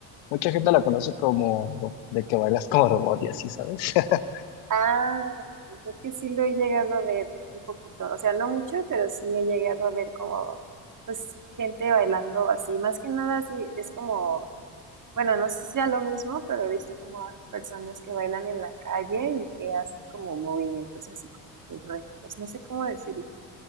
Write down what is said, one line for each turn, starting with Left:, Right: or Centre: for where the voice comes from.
Left: Mucha gente la conoce como de que bailas como robot y así, ¿sabes? <laughs>
Right: Ah, creo que sí lo he llegado a ver un poquito. O sea, no mucho, pero sí he llegado a ver como, pues, gente bailando así. Más que nada, sí, es como, bueno, no sé si sea lo mismo, pero he visto como a personas que bailan en la calle y que hacen como movimientos así como rectos. No sé cómo decirlo.